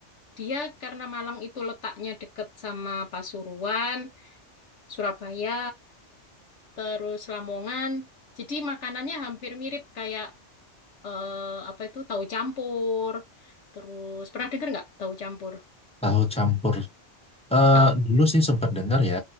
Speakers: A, on the left (about 75°); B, in the centre.
A: dia karena Malang itu letaknya deket sama Pasuruan, Surabaya. terus Lamongan. Jadi makanannya hampir mirip kayak eh, apa itu tahu campur. Terus pernah dengar nggak tahu campur?
B: Tahu campur Eh,
A: Ah,
B: dulu sih sempat dengar ya,